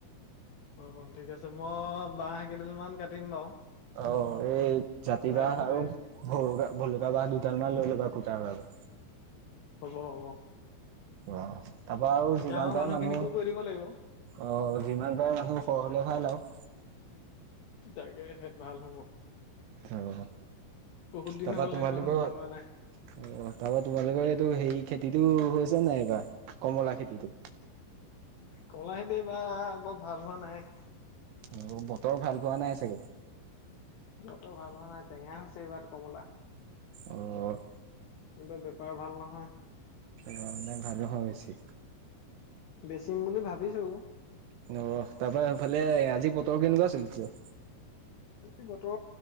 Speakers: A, on the left; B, on the right.
A: অ', অ' ঠিক আছে মই বাঁহ কেইডালমান কাটিম বাৰু।
B: অ' এই জাতি
A: দাই
B: বাঁহ
A: গোটেই
B: আৰু ভ ভলুকা বাঁহ দুটা। দুডালমান লৈ ল'বা খুঁটাৰ বাবে।
A: হ'ব হ'ব।
B: আহ তাৰপা আৰু যিমান
A: গাঁৱৰ মানুহখিনিকো
B: পাৰে মানুহ
A: কৈ দিব লাগিব
B: অ' যিমান পাৰে মানুহ সৰহ হ'লে ভাল আৰু।
A: তাকেহে ভাল হ'ব।
B: অ'।
A: বহুত দিন
B: তাৰপা
A: হ'ল
B: তোমালোকৰ,
A: সেইখন বনোৱা
B: অ'
A: নাই
B: তাৰপা তোমালোকৰ এইটো হেৰি খেতিটো হৈ আছে নাই এইবাৰ কমলা খেতিটো
A: কমলা খেতি এইবাৰ বৰ ভাল হোৱা নাই।
B: অ', তৰ ভাল পোৱা নাই চাগে
A: বৰতো ভাল হোৱা নাই, টেঙা হৈছে এইবাৰ কমলা
B: অ',
A: কিন্তু বেপাৰ ভাল নহয়
B: মানে ভাল হৈ হৈছে
A: বেচিম বুলি ভাবিছো
B: অ', তাৰ পৰাৰা সফালে আজি পতৰ কেনেকুৱা চলিছে
A: আজি বতৰ